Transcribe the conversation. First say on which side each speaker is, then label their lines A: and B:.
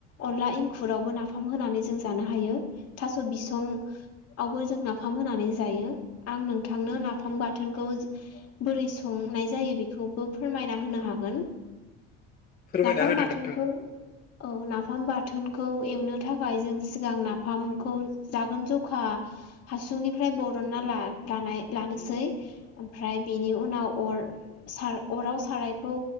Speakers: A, on the left; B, on the left.
A: अनला इं खुरावबो नाफाम होनानै जों जानो हायो थास' बिसंवबो जों नाफाम होनानै जायो आं नोंथांनो नाफाम बाथोनखौ बोरै संनाय जायो बेखौबो फोरमायनाय हागोन
B: फोरमायना
A: नाफाम
B: होदो
A: बाथोनखौ
B: नोंथां
A: औ नाफाम बाथोनखौ एवनो थाखाय जों सिगां नाफामखौ जागोन जखा हासुंनिफ्राय बरनना लानोसै ओमफ्राय बिनि उनाव अर साराइखौ